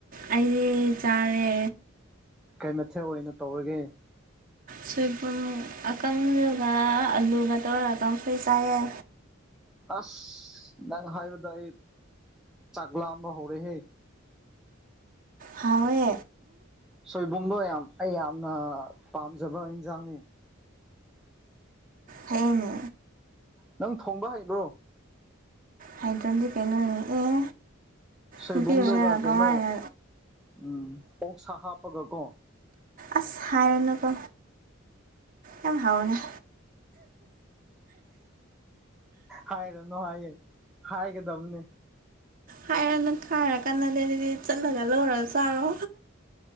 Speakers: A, on the right; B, in the centre.
A: ꯑꯩꯗꯤ ꯆꯥꯔꯦ
B: ꯀꯩ ꯃꯊꯦꯛ ꯑꯣꯏꯅ ꯇꯧꯔꯒꯦ
A: ꯁꯣꯏꯕꯨꯝ ꯑꯀꯪꯒ ꯑꯂꯨꯒ ꯇꯧꯔꯒꯀ ꯁꯣꯏ ꯆꯥꯏꯑ
B: ꯑꯁ ꯅꯪ ꯍꯥꯏꯕꯗ ꯑꯩ ꯆꯥꯛꯂꯥꯑꯝꯕ ꯍꯧꯔꯦꯍꯦ
A: ꯍꯋꯦ
B: ꯁꯣꯏꯕꯨꯝꯗꯣ ꯌꯥꯝ ꯑꯩ ꯌꯥꯝꯅ ꯄꯥꯝꯖꯕ ꯏꯟꯁꯥꯡꯅꯤ
A: ꯍꯅꯦ
B: ꯅꯪ ꯊꯣꯡꯕ ꯍꯩꯕ꯭ꯔꯣ
A: ꯍꯥꯏꯗ꯭ꯔꯣꯟꯖꯤ ꯄꯦꯩꯅꯅꯤ ꯑꯦ
B: ꯁꯣꯏꯕꯨꯝꯗꯨꯒ
A: ꯅꯨꯄꯤ ꯑꯣꯏꯔꯒ
B: ꯀꯩꯅꯣ
A: ꯀꯃꯥꯏꯅ
B: ꯎꯝ ꯑꯣꯛ ꯁꯥ ꯍꯥꯞꯄꯒ ꯀꯣ
A: ꯑꯁꯥꯏꯔꯅꯀ ꯌꯥꯝ ꯍꯥꯎꯅ
B: ꯍꯥꯏꯔꯅꯨ ꯍꯥꯏꯌꯦꯦ ꯍꯥꯏꯒꯗꯕꯅꯦ
A: ꯍꯥꯏꯔꯅ ꯈꯥꯏꯔ ꯀꯥꯟꯟꯅꯗ ꯑꯗꯨꯗꯤ ꯆꯠꯂꯒ ꯂꯣꯏꯔ ꯆꯥꯔꯣ